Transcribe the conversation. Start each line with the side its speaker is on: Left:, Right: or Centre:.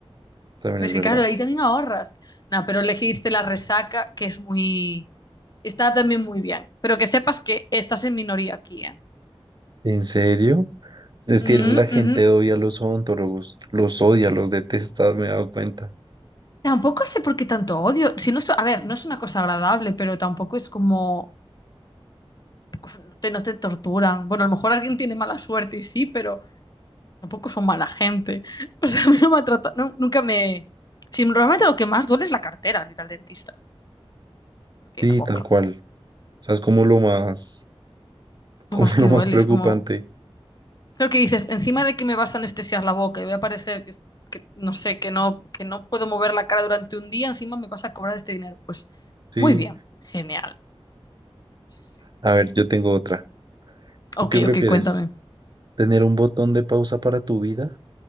Right: también
Left: Ves
Right: es verdad.
Left: que claro, ahí también ahorras. No, pero elegiste la resaca, que es muy... Está también muy bien. Pero que sepas que estás en minoría aquí, ¿eh?
Right: ¿En serio? Es que
Left: Ujú,
Right: la gente
Left: ujú.
Right: odia a los odontólogos, los odia, los detesta, me he dado cuenta.
Left: Tampoco sé por qué tanto odio. Si no, es- a ver, no es una cosa agradable, pero tampoco es como... no Te, no te torturan. Bueno, a lo mejor alguien tiene mala suerte y sí, pero... Tampoco son mala gente. <laughs> O sea, a mí no me ha tratado, no- nunca me... Sí, normalmente lo que más duele es la cartera al ir al dentista, porque
Right: Sí,
Left: la boca.
Right: tal cual. O sea, es como lo más, como
Left: Lo más
Right: <laughs>
Left: que
Right: lo
Left: duele
Right: más preocupante.
Left: es como... Creo que dices, encima de que me vas a anestesiar la boca y voy a parecer que, que no sé, que no, que no puedo mover la cara durante un día, encima me vas a cobrar este dinero. Pues
Right: Sí.
Left: muy bien, genial. Sí, sí.
Right: A ver, yo tengo otra.
Left: Ok,
Right: ¿Tú qué prefieres?
Left: ok, cuéntame.
Right: ¿Tener un botón de pausa para tu vida